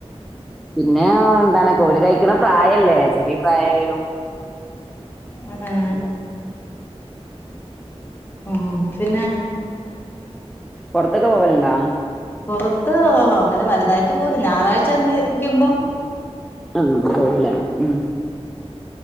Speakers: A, in the centre; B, on the left.
A: പിന്നെ ന്താണ് കോല് കൈ ക്ക്ണ പ്രായല്ലേ ചെറീ പ്രായായാലും
B: അഹ് ആഹ്
A: അതെ
B: ആഹ് പിന്നെ
A: പൊർത്തൊക്കെ പോവല്ണ്ടാ
B: പൊറത്ത് അങ്ങനെ വല്തായ്ട്ട് പോവല് ഞാറാഴ്ച്ചന്ന് ക്ക്മ്പം
A: ആഹ് പോവുലേ ഉം